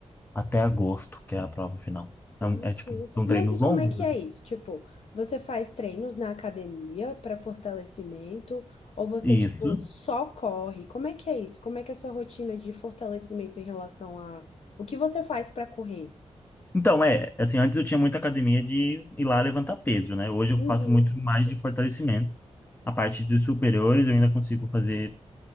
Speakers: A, on the left; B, on the left.
A: até agosto, que é a prova final.
B: Ah,
A: É, um- é
B: que
A: tipo,
B: legal.
A: são
B: Mas
A: treinos
B: e como
A: longos.
B: é que
A: né?
B: é isso? Tipo, você faz treinos na academia para fortalecimento ou você,
A: Isso.
B: tipo, só corre? Como é que é isso? Como é que é a sua rotina de fortalecimento em relação a o que você faz para correr?
A: Então, é, assim, antes eu tinha muita academia de ir lá levantar peso, né? Hoje eu
B: Uhum.
A: faço muito mais de fortalecimento. A parte de superiores eu ainda consigo fazer